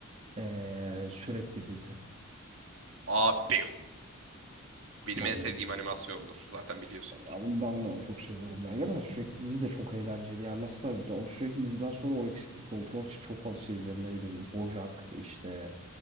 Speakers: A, on the right; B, on the right.
A: Ee, sürekli dizi.
B: Aa bim. Benim
A: Vallahi.
B: en sevdiğim animasyondur. Zaten biliyorsundur.
A: Abi ben de çok seviyorum ya. Gerçekten sürekli dizi de çok eğlenceli. Yani mesela o sürekli diziden sonra o eksikliği doldurmak için çok az şey izledim. Ne bileyim BoJack işte